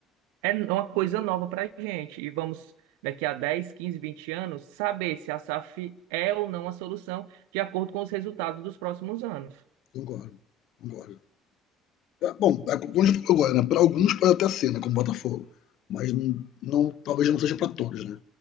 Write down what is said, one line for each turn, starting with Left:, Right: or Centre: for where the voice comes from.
Right: é uma coisa nova para a gente. E vamos, daqui a 10 15 20 anos, saber se a SAF é ou não a solução, de acordo com os resultados dos próximos anos.
Left: concordo, concordo. É, Bom, é como a gente falou agora, né? Para alguns pode até ser, né? Como Botafogo. Mas não, não- talvez não seja para todos, né?